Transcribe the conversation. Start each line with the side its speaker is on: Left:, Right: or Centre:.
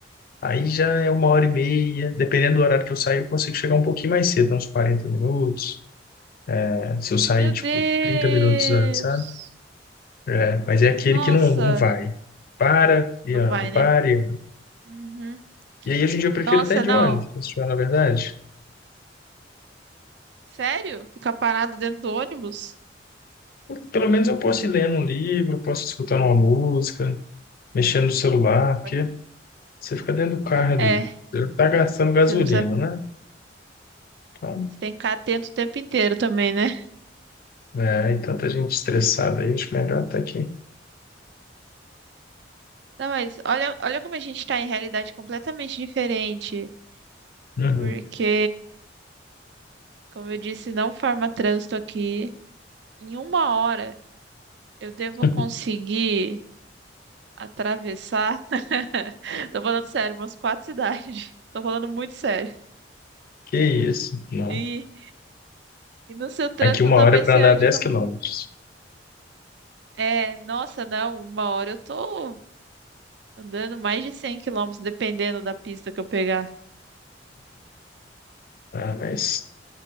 Left: Aí já é uma hora e meia. Dependendo do horário que eu sair, eu consigo chegar um pouquinho mais cedo, uns 40 minutos. É, se eu sair,
Right: meu
Left: tipo,
Right: Deus!
Left: 30 minutos antes, sabe? É, mas é aquele
Right: Nossa,
Left: que não, não vai. Para e
Right: não
Left: anda,
Right: vai,
Left: para
Right: né?
Left: e anda.
Right: Uhum.
Left: E aí, hoje em dia, eu prefiro
Right: Nossa,
Left: até de
Right: não.
Left: ônibus, pra você falar na verdade.
Right: Sério? Ficar parado dentro do ônibus?
Left: Pelo menos eu posso ir lendo um livro, posso escutando uma música, mexendo no celular, porque
Right: Pode-
Left: você fica dentro do carro ali.
Right: É,
Left: Você não tá gastando gasolina,
Right: você não precisa.
Left: né? Então,
Right: Você tem que ficar atento o tempo inteiro também, né?
Left: é, e tanta gente estressada aí, acho melhor até que.
Right: Não, mas olha, olha como a gente tá em realidade completamente diferente.
Left: Uhum.
Right: Porque Como eu disse, não forma trânsito aqui. Em uma hora eu devo
Left: <laughs>
Right: conseguir atravessar. <laughs> Tô falando sério, umas quatro cidades. <laughs> Tô falando muito sério.
Left: Que isso? Não.
Right: E, e no seu trânsito
Left: Aqui uma
Right: talvez
Left: hora para
Right: você
Left: andar
Right: ande
Left: 10
Right: num...
Left: quilômetros.
Right: É, nossa, não, uma hora eu tô andando mais de 100 quilômetros, dependendo da pista que eu pegar.
Left: Tá? Mas isso